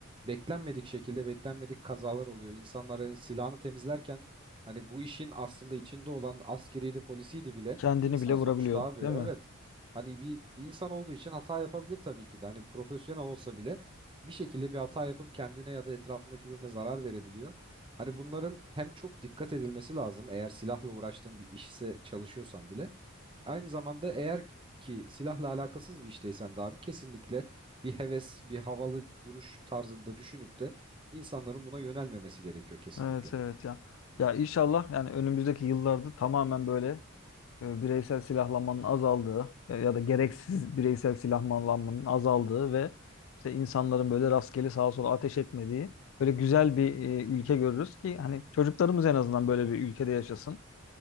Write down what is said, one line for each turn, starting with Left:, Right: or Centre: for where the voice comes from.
Right: beklenmedik şekilde beklenmedik kazalar oluyor. İnsanlar hani silahını temizlerken hani bu işin aslında içinde olan askeriydi polisiydi bile
Left: Kendini
Right: insan
Left: bile vurabiliyor,
Right: sonuçta abi
Left: değil
Right: evet
Left: mi?
Right: Hani bir insan olduğu için hata yapabilir tabii ki de. Hani profesyonel olsa bile bir şekilde bir hata yapıp kendine ya da etrafındaki birine zarar verebiliyor. Hani bunların hem çok dikkat edilmesi lazım eğer silahla uğraştığın bir işse çalışıyorsan bile. Aynı zamanda eğer ki silahla alakasız bir işteysen de abi kesinlikle bir heves, bir havalı duruş tarzında düşünüp de insanların buna yönelmemesi gerekiyor kesinlikle.
Left: Evet evet ya. Ya inşallah yani önümüzdeki yıllarda tamamen böyle e, bireysel silahlanmanın azaldığı e, ya da gereksiz bireysel silahlanmanın azaldığı ve işte insanların böyle rastgele sağa sola ateş etmediği böyle güzel bir e, ülke görürüz ki hani çocuklarımız en azından böyle bir ülkede yaşasın.